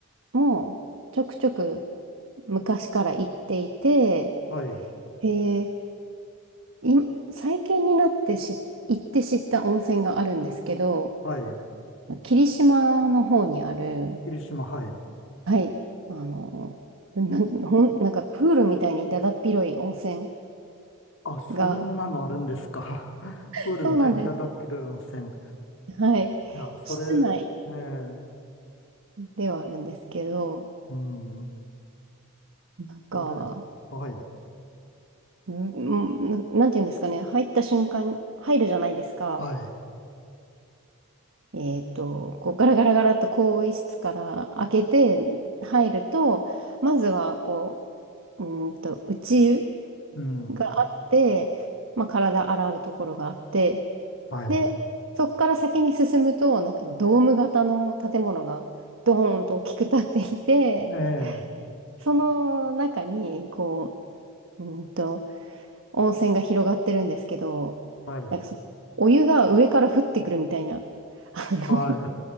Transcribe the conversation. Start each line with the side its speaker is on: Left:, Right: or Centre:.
Right: もちょくちょく昔から行っていて、
Left: はい。
Right: で、い最近になってし行って知った温泉があるんですけど、
Left: はい。
Right: 霧島の方にある、
Left: 霧島、はい。
Right: はい、あの、な、ほん、なんかプールみたいにだだっ広い温泉
Left: あ、そんなのあるんですか。
Right: が、
Left: <laughs>
Right: <laughs>
Left: プールみたいにだだっ広い温泉。
Right: そうなんです。
Left: い
Right: はい。
Left: や、それ、
Right: 室内
Left: ええ、
Right: ではあるんですけど、
Left: うん。
Right: なんか、
Left: それ、はい、
Right: うんなんていうんですかね、入った瞬間、入るじゃないですか。
Left: はい、
Right: えっと、こうガラガラガラっと更衣室から開けて入ると、まずはこう、うーんと、内湯
Left: うん、
Right: があって、まあ、体洗うところがあって、
Left: はい、
Right: で、そこから先に進むと、なんかドーム型の建物がドーンと大きく建っていて、
Left: ええ、
Right: その中に、こう、うーんと、温泉が広がってるんですけど、
Left: はい、
Right: なんかそのお湯が上から降ってくるみたいな、あの、
Left: は